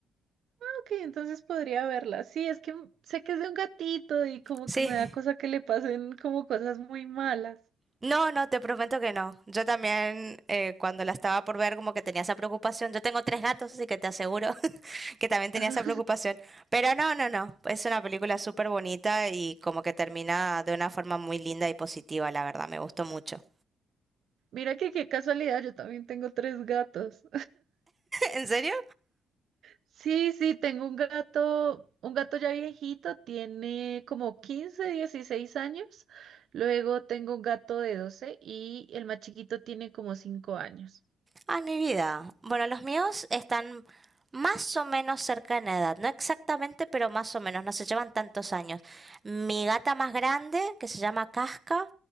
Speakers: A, on the right; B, on the right.
A: ok, entonces podría verla. Sí, es que sé que es de un gatito y como
B: Sí.
A: que me da cosa que le pasen como cosas muy malas.
B: No, no, te prometo que no. Yo también, eh, cuando la estaba por ver, como que tenía esa preocupación. Yo tengo tres gatos, así que te aseguro <laughs> que también tenía
A: <laughs> Ajá.
B: esa preocupación. Pero no, no, no. Es una película súper bonita y como que termina de una forma muy linda y positiva, la verdad. Me gustó mucho.
A: Mira que qué casualidad, yo también tengo tres gatos.
B: <laughs> ¿En serio?
A: Sí, sí, tengo un gato, un gato ya viejito, tiene como 15, 16 años. Luego tengo un gato de 12 y el más chiquito tiene como cinco años.
B: Ah, mi vida. Bueno, los míos están más o menos cerca en edad, no exactamente, pero más o menos, no se llevan tantos años. Mi gata más grande, que se llama Casca,